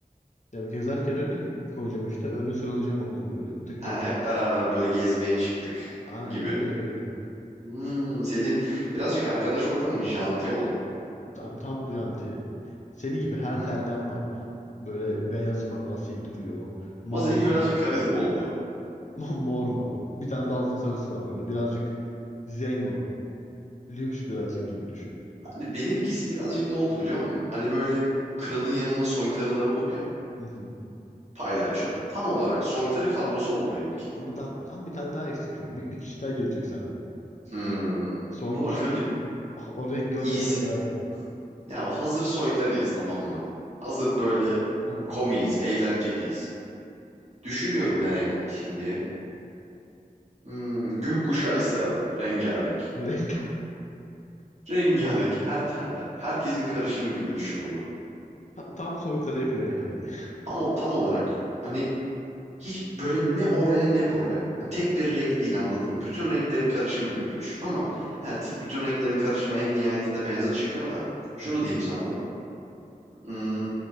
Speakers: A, on the left; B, on the right.
A: Ya gezerken önüne gidip koyacağım işte. Öne sıralayacağım onları böyle. Tık tık.
B: Ha hep
A: tık.
B: beraber böyle gezmeye çıktık
A: Aynen
B: gibi.
A: öyle.
B: Hmm, senin birazcık arkadaş ortamın janti oldu.
A: Tam tam bu jantiye. Seni gibi her
B: Hmm.
A: telden var. Böyle beyazı var, asil duruyor. Mor
B: Ama seninki
A: var.
B: birazcık karizma oldu.
A: <laughs> Mor var. Bir tane de altın sarısı var böyle. Birazcık zengo. Lüks birazcık gibi düşün.
B: Hani benimkisi birazcık ne oldu biliyor musun? Hani böyle kralın yanında soytarılar olur ya.
A: Hı hı.
B: Paylaşıyor. Tam olarak soytarı kadrosu oldu benimki.
A: Ama tam, tam bir tane daha eksik şu an. Bir, bir kişi daha gelecek sana.
B: Hmm.
A: Son
B: O
A: kişini
B: zaman şöyle bir
A: <laughs> o, rengi ona
B: iyisi.
A: göre karar ver.
B: Ya hazır soytarıyız tamam mı? Hazır böyle
A: Tamam.
B: komiyiz, eğlenceliyiz. Düşünüyorum ne renk olsun diye. Hmm, gökkuşağı isterdim. Rengarenk.
A: <laughs> Renk
B: Rengarenk her telden. Herkesin karışımı gibi düşün bunu.
A: tam tam soytarı yapacaksın yani. <laughs>
B: Tam, ol- tam olarak. Hani hiç böyle ne oraya ne buraya. Yani tek bir renk değil anladın mı? Bütün renklerin karışımı gibi düşün ama evet, bütün renklerin karışımı en nihayetinde beyaza çıkıyor da. Şunu
A: Tamam.
B: diyeyim sana. Hmm,